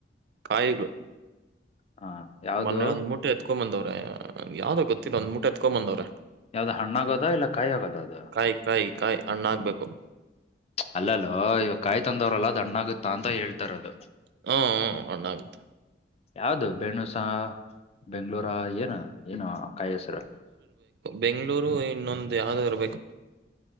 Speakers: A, on the right; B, on the left.
A: ಕಾಯಿಗಳು
B: ಹ ಯುವುದು
A: ಮೊನ್ನೆ ಒಂದ್ ಮೂಟೆ ಎತ್ಕೊಂಡ್ ಬಂದವ್ರೆ ಯಾವ್ದೋ ಗೊತ್ತಿಲ್ಲ ಒಂದು ಮುಟ್ಟೆ ಎತ್ಕೊಂಡ್ ಬಂದವ್ರೆ
B: ಯಾವ್ದ್ ಹಣ್ಣ ಆಗದಾ ಇಲ್ಲ ಕಾಯಿ ಆಗದಾ ಅದು
A: ಕಾಯಿ ಕಾಯಿ ಕಾಯಿ ಹಣ್ಣಾಗ್ಬೇಕು
B: ಅಲ್ಲಲ್ಲೋ ಇವಗ ಕಾಯಿ ತಂದವ್ರಲ್ಲ ಅದು ಹಣ್ಣಗುತ್ತಾ ಅಂತ ಹೇಳ್ತಾಇರೋದು
A: ಹೂ ಹೂ ಹಣ್ಣಾಗುತ್ತೆ
B: ಯಾವುದು ಬೆಣುಸ ಬೆಂಗ್ಳೂರ ಏನ ಏನ ಕಾಯಿ ಹೆಸರ
A: ಬೆಂಗ್ಳೂರು ಇನ್ನೊಂದು ಯಾವ್ದ ಇರ್ಬೇಕು